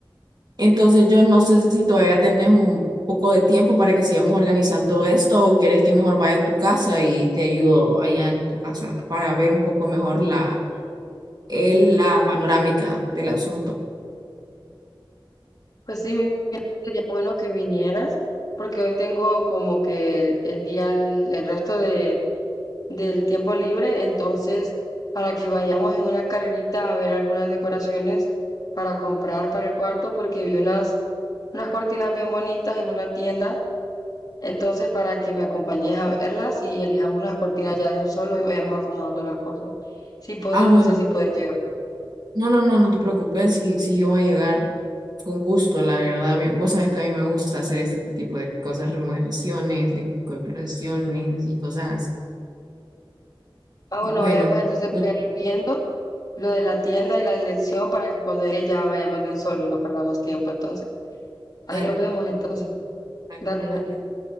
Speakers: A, on the right; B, on the left.
A: Entonces yo no sé si todavía tenés un poco de tiempo para que sigamos organizando esto o querés que mejor vaya a tu casa y te ayudo allá en tu casa para ver un poco mejor la, el- la panorámica del asunto.
B: Pues sí, mira, sería bueno, que vinieras, porque hoy tengo como que el, el día, el, el resto de, del tiempo libre, entonces, para que vayamos en una carrerita a ver algunas decoraciones para comprar para el cuarto, porque vi unas, unas cortinas bien bonitas en una tienda, entonces, para que me acompañes a verlas y elijamos las cortinas ya de un solo y vayamos acomodando las cosas. Si puedes,
A: Ah, bueno,
B: no sé si puedes llegar.
A: no, no, no, no te preocupes si, si yo voy a llegar con gusto, la verdad. Mi- Vos sabés que a mí me gusta hacer este tipo de cosas, remodelaciones, decoraciones y cosas así.
B: Ah, bueno,
A: Bueno,
B: vaya, pues entonces
A: la-
B: voy a ir viendo lo de
A: ah,
B: la tienda y la dirección para que cuando llegue ya vayamos de un solo y no perdamos tiempo entonces. Ahí
A: dale
B: nos vemos
A: pues,
B: entonces.
A: dale,
B: Dale,
A: adiós.
B: dale.